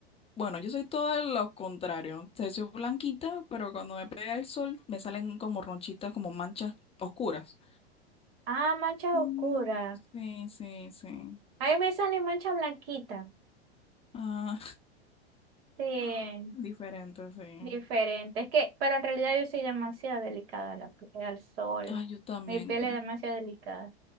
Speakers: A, on the left (about 20°); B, on the right (about 65°).
A: bueno, yo soy todo lo contrario. O sea, soy blanquita, pero cuando me pega el sol me salen como ronchitas, como manchas oscuras.
B: ah, mancha
A: Mm,
B: oscura.
A: sí, sí, sí.
B: Ahí me sale mancha blanquita.
A: Ah,
B: Sí,
A: <laughs> diferente, sí.
B: diferente. Es que, pero en realidad yo soy demasiado delicada a la piel- al sol.
A: Ah, yo también.
B: Mi piel es demasiado delicada.